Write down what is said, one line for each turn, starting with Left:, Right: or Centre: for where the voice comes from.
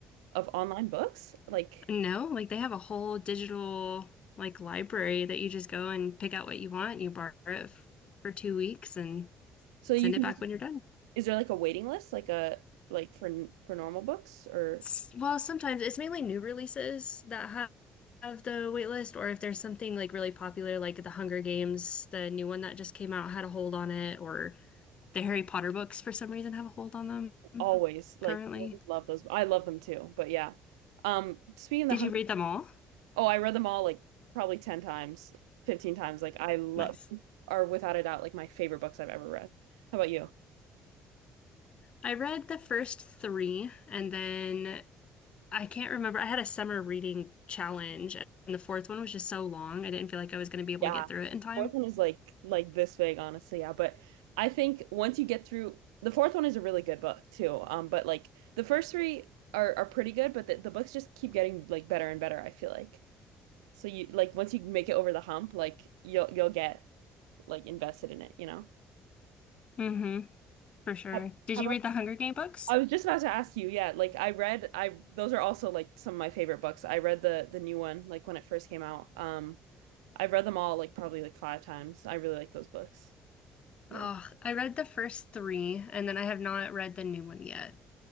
Right: of online books? Like
Left: No, like they have a whole digital like library that you just go and pick out what you want, you borrow it f- for two weeks and
Right: so you
Left: send
Right: can
Left: it back
Right: just
Left: when you're done.
Right: is there like a waiting list like a like for n- for normal books or
Left: S- Well, sometimes it's mainly new releases that ha- have the wait list, or if there's something like really popular, like the Hunger Games, the new one that just came out had a hold on it, or the Harry Potter books for some reason have a hold on them
Right: always like
Left: currently.
Right: love those. I love them too, but yeah. Um, speaking of
Left: Did
Right: the Hunger,
Left: you read them all?
Right: oh, I read them all like probably 10 times, 15 times. Like I love
Left: Nice.
Right: are without a doubt like my favorite books I've ever read. How about you?
Left: I read the first three, and then I can't remember. I had a summer reading challenge, and the fourth one was just so long. I didn't feel like I was going to be able
Right: Yeah.
Left: to get through it in time.
Right: Fourth one is like like this big, honestly. Yeah, but I think once you get through the fourth one is a really good book too. Um, but like the first three are are pretty good, but the, the books just keep getting like better and better, I feel like. So you like once you make it over the hump, like you'll you'll get like invested in it, you know?
Left: hmm for sure.
Right: How
Left: Did
Right: how
Left: you
Right: about
Left: read the Hunger Game books?
Right: I was just about to ask you, yeah, like I read I those are also like some of my favorite books. I read the the new one like when it first came out. Um I've read them all like probably like five times. I really like those books. Yeah.
Left: Oh, I read the first three, and then I have not read the new one yet.